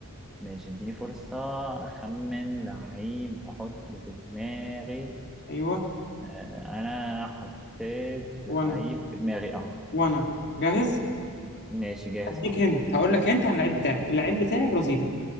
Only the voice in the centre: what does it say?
ماشي اديني فرصه اخمن لعيب واحطه في دماغي
آه، انا حطيت
لعيب في دماغي اهو
ماشي جاهز
اه